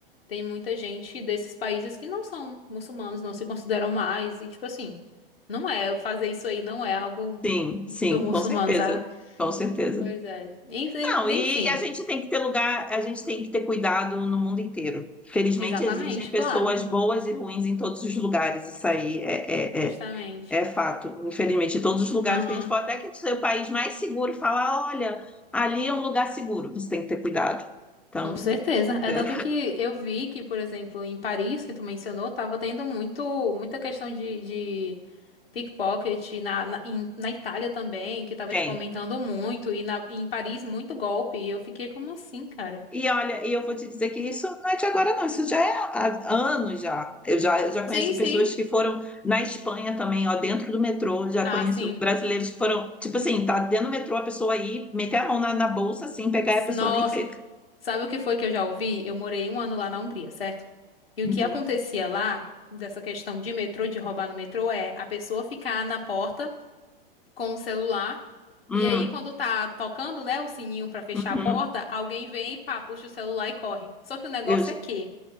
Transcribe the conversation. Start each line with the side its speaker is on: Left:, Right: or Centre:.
Left: tem muita gente desses países que não são muçulmanos, não se consideram mais, e tipo assim. Não é, fazer isso aí não é algo
Centre: sim, sim,
Left: do muçulmano,
Centre: com certeza.
Left: sabe?
Centre: Com certeza.
Left: Pois é. En- en-
Centre: Não, e
Left: Enfim,
Centre: a gente tem que ter lugar, a gente tem que ter cuidado no mundo inteiro. Felizmente
Left: exatamente,
Centre: existem pessoas
Left: claro,
Centre: boas e ruins em todos os lugares, isso aí é,
Left: justamente.
Centre: é, é, é fato. Infelizmente, em todos os lugares
Left: Aham,
Centre: que a gente pode, até que seja o país mais seguro, falar, olha, ali é um lugar seguro, você tem que ter cuidado. Então,
Left: com certeza. É
Centre: é,
Left: tanto que eu vi que, por exemplo, em Paris, que tu mencionou, tava tendo muito, muita questão de, de pickpocket na, na, em- na Itália também, que tava,
Centre: tem.
Left: tipo, aumentando muito, e na, em Paris muito golpe, e eu fiquei como assim, cara?
Centre: E olha, e eu vou te dizer que isso não é de agora, não, isso já é há anos já. Eu já, eu já conheço
Left: Sim, sim.
Centre: pessoas que foram na Espanha também, ó, dentro do metrô, já
Left: Ah,
Centre: conheço
Left: sim.
Centre: brasileiros que foram, tipo assim, tá dentro do metrô, a pessoa aí, meter a mão na, na bolsa assim, pegar e a pessoa
Left: Nossa.
Centre: nem vê.
Left: Sabe o que foi que eu já ouvi? Eu morei um ano lá na Hungria, certo? E o
Centre: Uhum,
Left: que acontecia lá, dessa questão de metrô, de roubar no metrô, é a pessoa ficar na porta com o celular.
Centre: hum,
Left: E aí, quando tá tocando, né, o sininho pra fechar
Centre: uhum.
Left: a porta, alguém vem e pá, puxa o celular e corre. Só que o negócio
Centre: Eu, já-
Left: é que